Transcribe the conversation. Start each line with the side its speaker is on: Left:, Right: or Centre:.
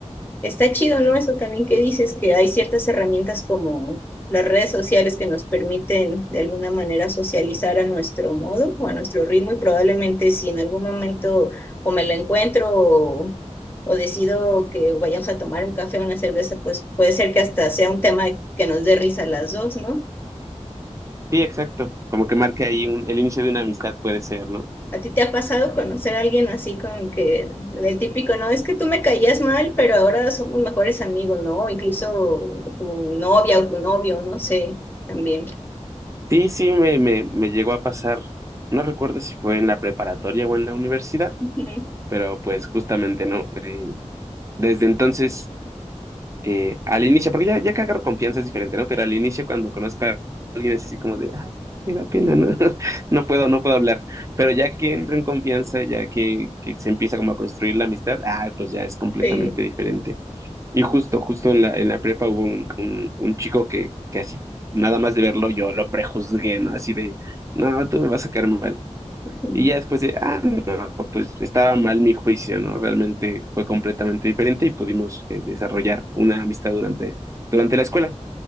Left: Está chido, ¿no? Eso también que dices, que hay ciertas herramientas como las redes sociales que nos permiten de alguna manera socializar a nuestro modo o a nuestro ritmo y probablemente si en algún momento o me lo encuentro o, o decido que vayamos a tomar un café o una cerveza, pues puede ser que hasta sea un tema que nos dé risa a las dos, ¿no?
Right: Sí, exacto. Como que marque ahí un, el inicio de una amistad puede ser, ¿no?
Left: ¿A ti te ha pasado conocer a alguien así con que el típico, no, es que tú me caías mal, pero ahora somos mejores amigos, ¿no? O Incluso tu novia o tu novio, no sé, también.
Right: Sí, sí, me, me, me llegó a pasar, no recuerdo si fue en la preparatoria o en la universidad,
Left: Ujú,
Right: pero pues justamente no. Eh, Desde entonces eh, al inicio, porque ya, ya que agarro confianza es diferente, ¿no? Pero al inicio, cuando conozco a alguien, es así como de, ah, me da pena, ¿no? <laughs> No puedo, no puedo hablar. Pero ya que entro en confianza, ya que, que se empieza como a construir la amistad, ah, pues ya es completamente
Left: Sí.
Right: diferente. Y justo, justo en la, en la prepa hubo un, un, un chico que, que así, nada más de verlo, yo lo prejuzgué, ¿no? Así de, no, tú me vas a caer mal.
Left: Ujú.
Right: Y ya después de, ah, no, pues estaba mal mi juicio, ¿no? Realmente fue completamente diferente y pudimos eh, desarrollar una amistad durante, durante la escuela.